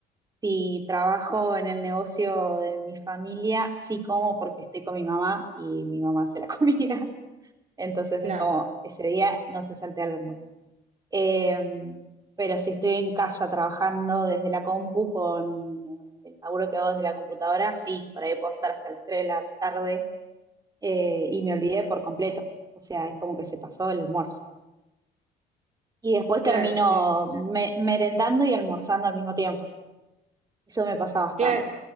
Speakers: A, on the right; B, on the right.
A: Si trabajo en el negocio de mi familia, sí como porque estoy con mi mamá y mi mamá hace la <laughs> comida. Entonces
B: Claro,
A: es como ese día no se saltea el almuerzo. Em, pero si estoy en casa trabajando desde la compu con el laburo que hago desde la computadora, sí, por ahí puedo estar hasta las 3 de la tarde eh, y me olvidé por completo. O sea, es como que se pasó el almuerzo. Y después
B: claro,
A: termino
B: sí.
A: me- merendando y almorzando al mismo tiempo. Eso me pasa bastante.
B: Cla-